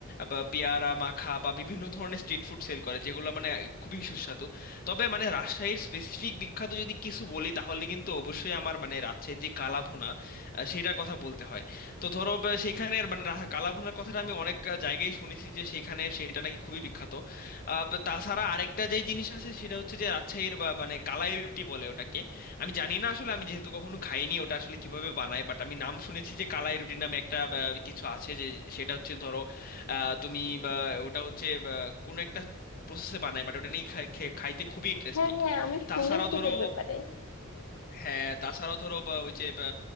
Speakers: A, on the left; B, on the left.
A: বা পেয়ারা মাখা বা বিভিন্ন ধরনের স্ট্রিট ফুড সেল করে যেগুলো মানে খুবই সুস্বাদু তবে মানে রাজশাহীর স্পেসিফিক বিখ্যাত যদি কিছু বলি তাহলে কিন্তু অবশ্যই আমার মানে রাজশাহীর যে কালাভুনা আহ, সেটার কথা বলতে হয় তো ধরো ব- সেখানের মানে রা- কালাভুনার কথাটা আমি অনেক আহ, জায়গায় শুনেছি যে সেখানে সেটা নাকি খুবই বিখ্যাত আহ, তো তাছাড়া আরেকটা যে জিনিস আছে সেটা হচ্ছে যে রাজশাহীর বা- মানে কালাই রুটি বলে ওটাকে আমি জানি না আসলে আমি যেহেতু কখনো খাইনি ওটা আসলে কিভাবে বানায় বাট আমি নাম শুনেছি যে কালাই রুটি নামে একটা আহ, কিছু আছে যে সেটা হচ্ছে ধরো আহ, তুমি বা ওটা হচ্ছে বা, কোনো একটা প্রসেসে বানায় বাট ওটা নিয়ে খাইতে খুবই ইন্টারেস্টিং
B: হ্যাঁ হ্যাঁ আমি
A: তাছাড়াও
B: শুনেছি
A: ধরো
B: এটার ব্যাপারে
A: হ্যাঁ তাছাড়াও ধরো বা ওই যে বা,